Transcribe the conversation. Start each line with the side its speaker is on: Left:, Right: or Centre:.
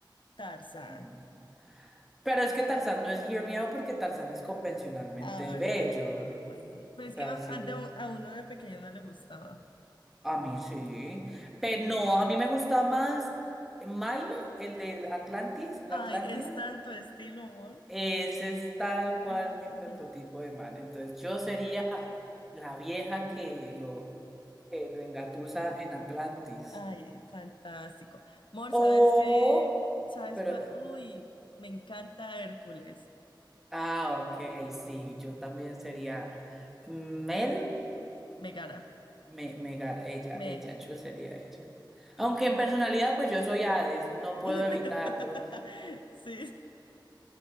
Left: Tarzán.
Centre: ajá. Pero es que Tarzán no es Hear Me Out porque Tarzán es convencionalmente
Left: Ay,
Centre: bello.
Left: bueno, bueno. Pero es
Centre: Casi.
Left: que a, a de un- a uno de pequeño no le gustaba.
Centre: A mí sí. Pero no, a mí me gusta más Milo, el de Atlantis, la
Left: Ay,
Centre: Atlántida.
Left: es tanto estilo, amor.
Centre: Ese es tal cual
Left: <laughs>
Centre: mi prototipo de man. Entonces yo sería la vieja que lo, que lo engatusa en Atlantis.
Left: Ay, fantástico. Mor,
Centre: O,
Left: ¿sabes qué? ¿Sabes
Centre: pero,
Left: cuál?
Centre: eh,
Left: Uy, me encanta Hércules.
Centre: ah, ok, sí, yo también sería Mel,
Left: Megara.
Centre: me, Megar, ella,
Left: Meg.
Centre: ella, yo sería ella. Aunque en personalidad, pues yo soy Hades, no puedo
Left: <laughs>
Centre: evitarlo.
Left: Sí,